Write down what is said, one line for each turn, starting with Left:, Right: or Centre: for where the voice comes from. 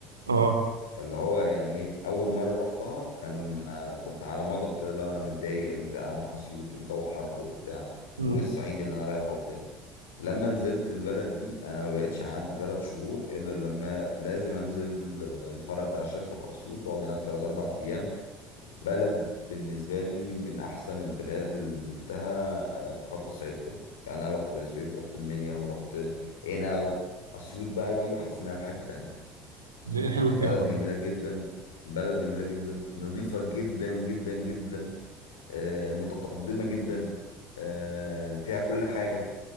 Right: اه
Left: فاللي هو يعني ايه اول مره رحتها كان آه، كنت على مضض كده اللي هو انا متضايق ازاي هروح اسيوط والجو حر وبتاع
Right: امم
Left: وايه الصعيد اللي انا رايحه وبتاع لما نزلت البلد دي انا ما بقتش اعدي ثلاث شهور الا لما لازم انزل آه، الفرع بتاع الشركه في اسيوط واقعد هناك ثلاث اربع ايام بلد بالنسبه لي من احسن البلاد اللي نزلتها آه، في خط الصعيد كله يعني انا رحت بني سويف رحت المنيا ورحت هنا اسيوط بقى دي بحس انها في حته تانية
Right: زي ايه الحلو اللي
Left: بلد
Right: فيها طيب
Left: جميلة جدا بلد جميلة جدا نظيفة جدا جدا جدا آه، متقدمة جدا آه، فيها كل حاجة